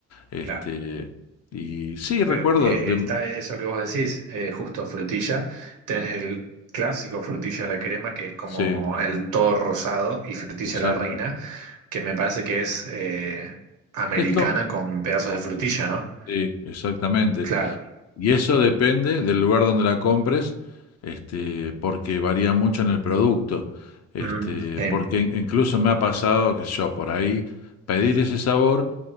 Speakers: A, on the left; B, on the right.
A: Este,
B: Claro.
A: y sí, recuerdo,
B: Pero eh,
A: de-
B: eh, está eso que vos decís, eh, justo frutilla. Tenés el clásico frutilla a la crema, que es como
A: sí,
B: el todo rosado, y frutilla
A: exacta-
B: a la reina, que me parece que es eh, americana
A: es
B: con pedazos de frutilla, ¿no?
A: sí, exactamente.
B: Claro.
A: Y eso depende del lugar donde la compres, este, porque varía mucho en el producto. Este,
B: Mm, sí,
A: porque in- incluso me ha pasado que yo por ahí pedir ese sabor